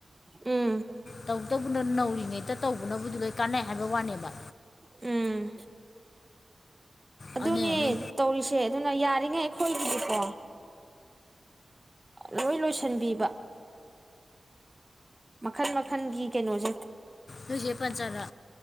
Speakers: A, on the right (about 25°); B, on the left (about 60°).
A: ꯎꯝ
B: ꯇꯧꯇꯕꯨꯅ ꯅꯧꯔꯤꯉꯩꯗ ꯇꯧꯕꯅꯕꯨꯗꯤ ꯂꯣꯏ ꯀꯥꯟꯅꯩ ꯍꯥꯏꯕ ꯋꯥꯅꯦꯕ
A: ꯎꯝ ꯑꯗꯨꯅꯦ
B: ꯑꯗꯨꯅ ꯅꯣꯏ
A: ꯇꯧꯔꯤꯁꯦ ꯑꯗꯨꯅ ꯌꯥꯔꯤꯉꯩ ꯑꯩꯈꯣꯏꯒꯤꯗꯤꯀꯣ ꯂꯣꯏ ꯂꯣꯏꯁꯟꯕꯤꯕ ꯃꯈꯜ ꯃꯈꯟꯒꯤ ꯀꯩꯅꯣꯖꯦ
B: ꯅꯣꯏꯆꯦ ꯄꯟꯆꯅ